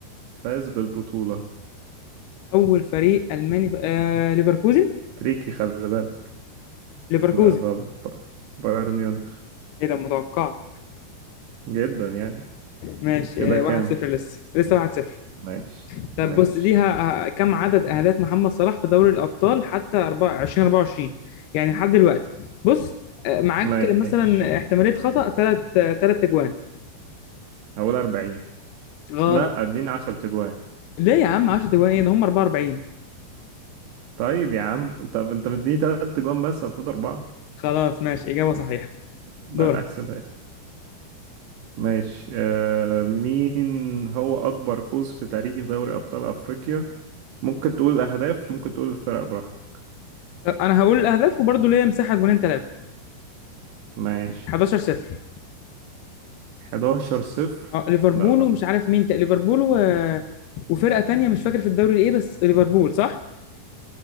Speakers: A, on the right; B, on the left.
A: فاز بالبطولة
B: اول فريق الماني آه ليفركوزن
A: تريكي خلي بالك
B: ليفركوزن
A: لا غلط بقى بايرن ميونخ
B: ايه ده متوقع
A: جدا يعني
B: ماشي
A: كده
B: آه،
A: كام
B: 1-0 لسه لسه 1-0
A: ماشي
B: طب
A: ماشي
B: بص دي ه- ه- كم عدد اهداف محمد صلاح في دوري الابطال حتى 24 24 يعني لحد دلوقتي بص آه، معاك
A: ماشي
B: مثلا احتماليه خطا ثلاث ثلاث اجوان
A: هقول 40
B: غلط
A: لا اديني 10 تجوان
B: ليه يا عم 10 اجوان ايه ده هم 44
A: طيب يا عم طب انت مديني 3 تجوان بس المفروض اربعة
B: خلاص ماشي اجابه صحيحه
A: لا
B: دورك
A: احسبها لي ماشي آه مين هو أكبر فوز في تاريخ دوري أبطال أفريقيا ممكن تقول الأهداف ممكن تقول الفرق براحتك
B: طب انا هقول الاهداف وبرضه ليا مساحه جونين ثلاثه
A: ماشي
B: 11 0
A: 11 صفر
B: اه ليفربول
A: لا غلط
B: ومش عارف مين تا... ليفربول و... وفرقة تانية مش فاكر في الدوري ايه بس ليفربول صح؟